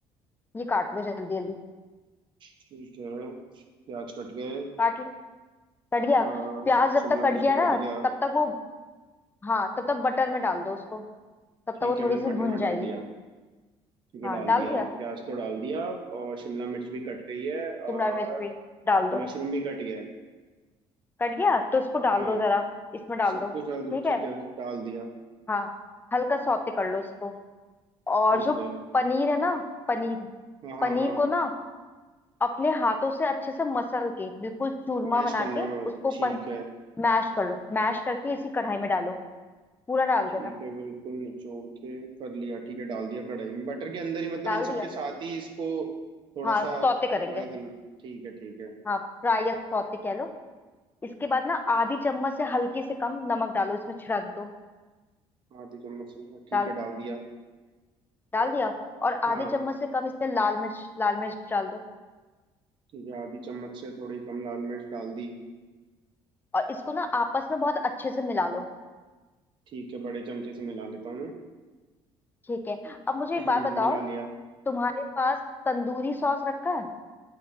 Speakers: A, on the left; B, on the right.
A: ये काट लो जल्दी जल्दी
B: ठीक है प्याज कट गए
A: काट कट गया
B: अ,
A: प्याज जब
B: शिमला
A: तक कट
B: मिर्च
A: गया
B: भी
A: ना
B: कट गया
A: तब तक वो हाँ तब तक बटर में डाल दो उसको तब
B: ठीक
A: तक वो
B: है
A: थोड़ी
B: मैंने
A: सी
B: बटर
A: भुन
B: में
A: जाएगी
B: डाल दिया ठीक है
A: हाँ
B: डाल
A: डाल
B: दिया
A: दिया
B: प्याज तो डाल दिया और शिमला मिर्च भी कट गई है
A: शिमला
B: और
A: मिर्च भी डाल दो
B: मशरूम भी कट गया है
A: कट गया तो उसको डाल
B: हाँ
A: दो जरा इसमें डाल
B: सब
A: दो
B: कुछ डाल दो
A: ठीक
B: ठीक
A: है
B: है डाल दिया
A: हाँ हल्का सौते कर लो उसको और
B: ठीक
A: जो
B: है
A: पनीर है ना पनीर
B: हाँ हाँ
A: पनीर
B: हाँ
A: को ना अपने हाथों से अच्छे से मसल के बिल्कुल चूरमा
B: मैश
A: बना
B: करना
A: के
B: है
A: उसको
B: ठीक
A: पन,
B: है
A: मैश कर लो मैश करके इसी कढ़ाई में डालो पूरा डाल
B: ठीक
A: देना
B: है बिल्कुल निचोड़ के कर लिया ठीक है डाल दिया कढ़ाई में बटर के अंदर ही मतलब
A: डाल
B: इन
A: दिया
B: सब के साथ ही इसको थोड़ा
A: हाँ
B: सा
A: सौते करेंगे
B: फ्राई करना ठीक है ठीक है
A: हाँ फ्राई या सौते कह लो इसके बाद ना आधी चम्मच से हल्के से कम नमक डालो इसमें छिड़क दो
B: आधी चम्मच से ठीक
A: डाल
B: है डाल दिया
A: डाल दिया और
B: हाँ
A: आधे चम्मच से कम इसमें लाल मिर्च लाल मिर्च डाल दो
B: ठीक है आधी चम्मच से थोड़ी कम लाल मिर्च डाल दी
A: और इसको ना आपस में बहुत अच्छे से मिला लो
B: ठीक है बड़े चमचे से मिला लेता हूँ मैं
A: ठीक है अब मुझे एक बात
B: हम्म
A: बताओ
B: मिला लिया
A: तुम्हारे पास तंदूरी सॉस रखा है